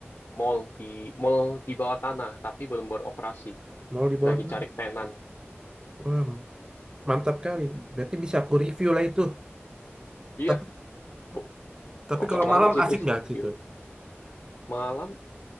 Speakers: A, on the left (about 50°); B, on the right (about 20°).
A: mall di mall di bawah tanah, tapi belum beroperasi,
B: Mau di bawah
A: lagi
B: tanah?
A: cari tenan.
B: Wah, Mantap kali. Berarti bisa aku review lah itu.
A: Iya,
B: Tapi
A: bu,
B: tapi
A: cocok
B: kalau
A: banget
B: malam
A: sih itu.
B: asik
A: <laughs>
B: nggak situ?
A: Iya. Malam